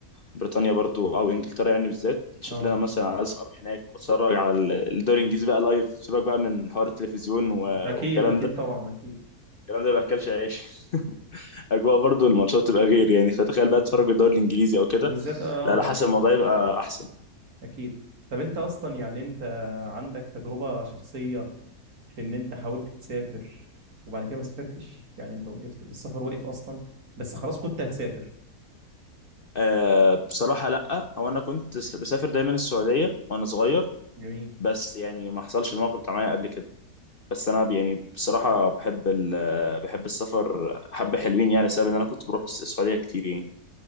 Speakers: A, on the left; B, on the right.
A: بريطانيا برضو او انجلترا يعني بالذات نشوف
B: اه
A: لنا مثلا عايز اروح هناك واتفرج على ال- الدوري الانجليزي بقى لايف سيبك بقى من حوار التلفزيون و-
B: اكيد
A: والكلام
B: اكيد
A: ده
B: طبعا اكيد
A: الكلام ده ما باكلش عيش <laughs> اجواء برضو الماتشات تبقى غير يعني فتخيل بقى تتفرج بالدوري الانجليزي او كده
B: وبالذات اه
A: لا لا حسب
B: آه،
A: الموضوع يبقى احسن
B: اكيد طب انت اصلا يعني انت عندك تجربه شخصيه في ان انت حاولت تسافر وبعد كده ما سافرتش يعني انت وقفت والسفر وقف اصلا بس خلاص كنت هتسافر
A: أه بصراحه لا هو انا كنت س- بسافر دايما السعوديه وانا صغير
B: جميل
A: بس يعني ما حصلش الموقف بتاع معايا قبل كده بس انا يعني بصراحه بحب ال- بحب السفر حبه حلوين يعني بسبب ان انا كنت بروح الس- السعوديه كتير يعني